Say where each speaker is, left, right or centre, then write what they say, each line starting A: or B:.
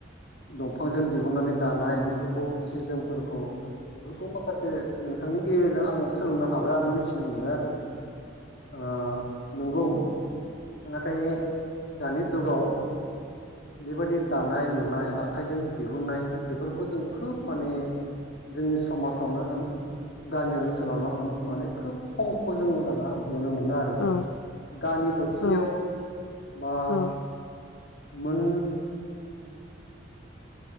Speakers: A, on the left (about 60°); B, on the left (about 80°).
A: दंफांजों दिहुननानै दानाय बेफोरखौ सि जोमफोरखौ बेफोरखौ माखासे नोंथांनि गेजेरजों आङो सोलोंनो हाबाय आरो मिथि मोनदो‌ं आरो ओ‌ नोंगौ नाथाय दानि जुगाव बेबायदि दानाय लुनाय आ खाइजों दिहुननाय बेफोरखौ जों खोब माने जोंनि समाजावनो होन गामि ओनसोलावनो माने खोब खमखौ जोङो दाना नुनो मोनो आरो
B: औ
A: गामि दरसेयाव
B: औ
A: बा
B: औ
A: मोन